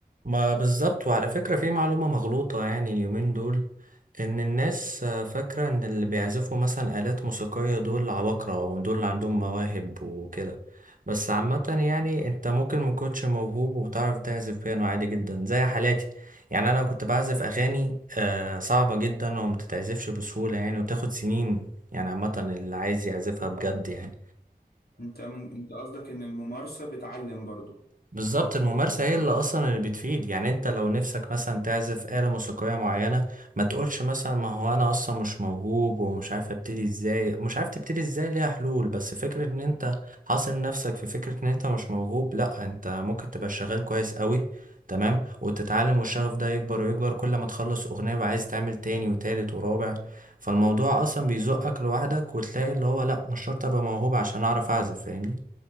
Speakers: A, on the right; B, on the left.
A: ما بالظبط وعلى فكرة في معلومة مغلوطة يعني اليومين دول إن الناس آه، فاكرة إن اللي بيعزفوا مثلا آلات موسيقية دول عباقرة ودول اللي عندهم مواهب وكده بس عامة يعني أنت ممكن مكنتش موهوب وتعرف تعزف بيانو عادي جدا زي حالاتي يعني أنا كنت بعزف أغاني آه، صعبة جدا ومتتعزفش بسهولة يعني وبتاخد سنين يعني عامة اللي عايز يعزفها بجد يعني
B: انت من... انت قصدك ان الممارسة بتعلم برضه
A: بالظبط الممارسة هي اللي أصلا اللي بتفيد يعني أنت لو نفسك مثلا تعزف آلة موسيقية معينة ما تقولش مثلا ما هو أنا أصلا مش موهوب ومش عارف أبتدي إزاي مش عارف تبتدي إزاي ليها حلول بس فكرة إن أنت حاصر نفسك في فكرة إن أنت مش موهوب لأ أنت ممكن تبقى شغال كويس قوي تمام وتتعلم والشغف ده يكبر ويكبر كل ما تخلص أغنية وعايز تعمل تاني وتالت ورابع فالموضوع أصلا بيزقك لوحدك وتلاقي اللي هو لأ مش شرط أبقى موهوب عشان أعرف أعزف فاهمني